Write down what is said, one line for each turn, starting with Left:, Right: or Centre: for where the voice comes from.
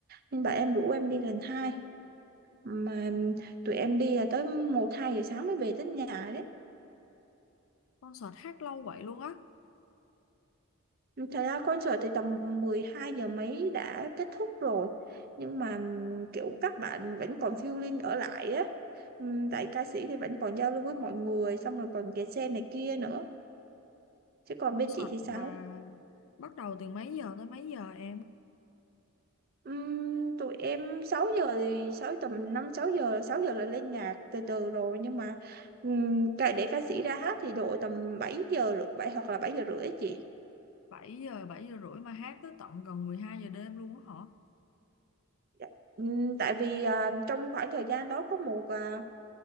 Right: nên bạn em rủ em đi lần hai mà tụi em đi là tới một hai giờ sáng mới về tới nhà đấy.
Left: Concert hát lâu vậy luôn á.
Right: Thật ra concert thì tầm 12 giờ mấy đã kết thúc rồi nhưng mà ừm, kiểu các bạn vẫn còn feeling ở lại á Ừm, tại ca sĩ thì vẫn còn giao lưu với mọi người xong rồi còn kẹt xe này kia nữa chứ còn
Left: Concert
Right: bên chị thì sao?
Left: là bắt đầu từ mấy giờ tới mấy giờ em?
Right: Ừm, tụi em 6 giờ thì 6 tầm 5 6 giờ 6 giờ là lên nhạc từ từ rồi nhưng mà ừm, ca- để ca sĩ ra hát thì độ tầm 7 giờ rưỡi- 7 hoặc là 7 giờ rưỡi á chị
Left: Bảy giờ, 7 giờ rưỡi mà hát tới tận gần 12 giờ đêm luôn á hả?
Right: Dạ, Ừm, tại vì à, trong khoảng thời gian đó có một à,